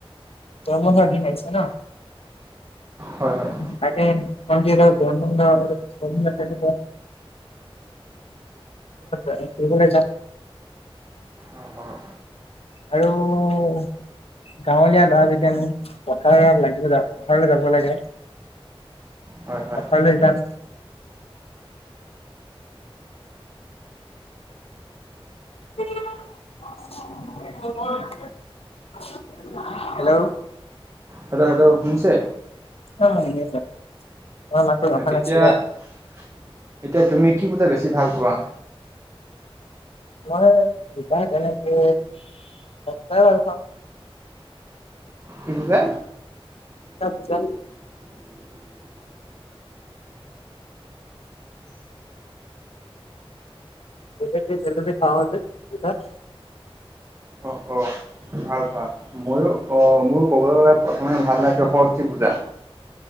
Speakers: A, on the left; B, on the right.
A: গৰম বন্ধৰ দিন আহিছে ন
B: হয় হয়
A: তাকে জ <unintelligible> এম জি জিন্দাবাদ আমি ফুৰিবলৈ যাম
B: অ' অ'
A: আৰু গাঁৱলীয়া লৰা যেতিয়ানো পথাৰ লাগিব যা পথাৰলৈ যাব লাগে
B: হয় হয়
A: পথাৰলে যাম <unintelligible> হেল্ল'
B: হেল্ল, হেল্ল, শুনিছে?
A: <unintelligible>
B: এতিয়া-এতিয়া
A: নাছিলে
B: তুমি কি বেছি ভাল পোৱা?
A: মই তেনেকে ভাল পাওঁ
B: কি পূজা
A: এ পূজা পূজা জেলেপি চেলেপি খাওঁ যে পূজাত
B: অ', অ', ভাল ভাল ময়ো অ ময়ো কবলৈ গ'লে প্ৰথমে ভাল লাগে সৰস্বতী পূজা